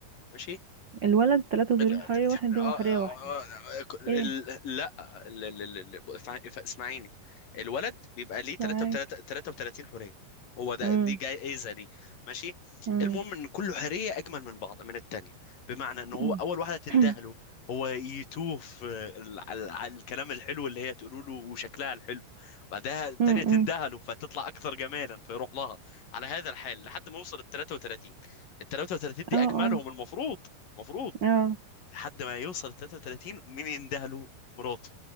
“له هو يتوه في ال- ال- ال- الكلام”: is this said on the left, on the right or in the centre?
Left